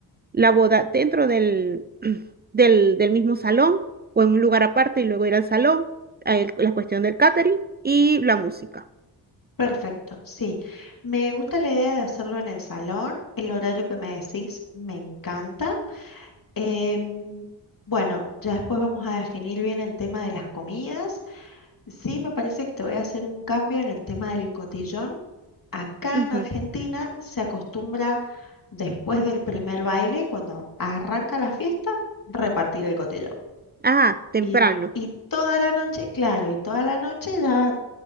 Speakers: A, on the right; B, on the left.
A: la boda dentro del, <clears throat> del, del mismo salón o en un lugar aparte y luego ir al salón, a el- la cuestión del catering y la música.
B: Perfecto, sí. Me gusta la idea de hacerlo en el salón. El horario que me decís me encanta. Em, bueno, ya después vamos a definir bien el tema de las comidas. Sí, me parece que te voy a hacer un cambio en el tema del cotillón. Acá
A: Ujú.
B: en Argentina se acostumbra después del primer baile, cuando arranca la fiesta, repartir el cotillón.
A: Ah, temprano.
B: Y, y toda la noche, claro, y toda la noche ya